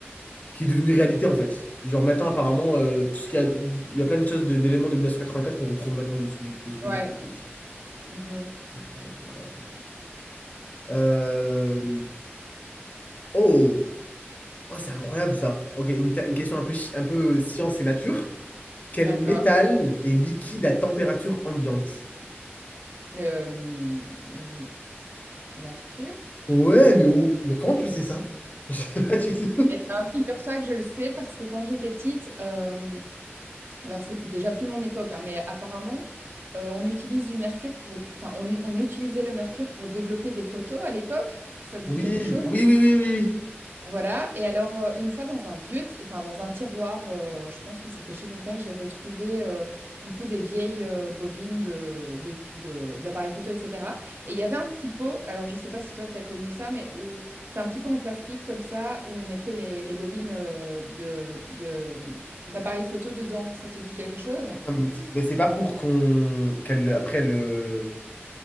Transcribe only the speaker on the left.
qui est devenue réalité, en fait. Genre maintenant, apparemment, euh, tout ce qu'il y a... il y a plein de choses de- d'éléments de 1984 qu'on retrouve maintenant de ce que j'ai de ce que
j'ai compris.
Donc euh, voilà. Euh, Oh, oh c'est incroyable ça. Ok, une, ta- une question un peu, chi- un peu science et nature. Quel
métal est liquide à température ambiante?
Ouais, mais où... Mais comment tu sais ça? <laughs> Je sais pas du tout.
Oui,
oui, oui, oui, oui.
Ça me dit... Mais c'est pas pour qu'on... qu'elle, après, elle, euh,